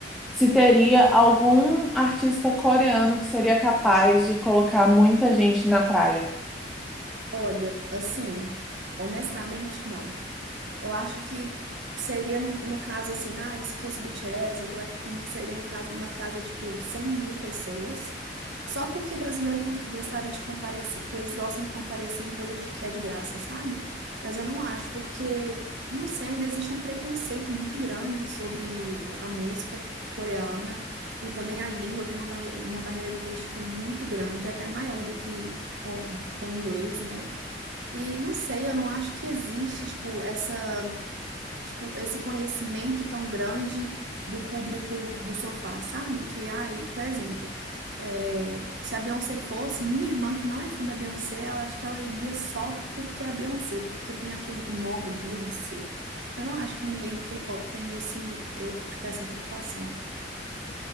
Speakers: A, in the centre; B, on the right (about 80°).
A: se teria algum artista coreano que seria capaz de colocar muita gente na praia.
B: Olha, assim, honestamente, não. Eu acho que seria no, no caso assim, ah, e se fosse BTS ou Blackpink, seria no caso, numa casa tipo 100 mil pessoas. Só porque brasileiro cons- gostaria de comparecer, tipo, eles gostam de comparecer em coisa de, que é de graça, sabe? Mas eu não acho, porque, não sei, ainda existe um preconceito muito grande sobre o- a música coreana e também a língua tem uma, barre uma barreira linguística muito grande, até maior do que com, com o inglês, né? E não sei, eu não acho que existe, tipo, essa tipo, esse conhecimento tão grande do público do sofá, sabe? Que, ai, por exemplo, é, se a Beyoncé fosse, minha irmã, que não é fã da Beyoncé, ela acha que ela iria só porque é a Beyoncé, porque tem aquele nome, Beyoncé. Eu não acho que ninguém do K-pop tem esse, é, tipo, essa reputação.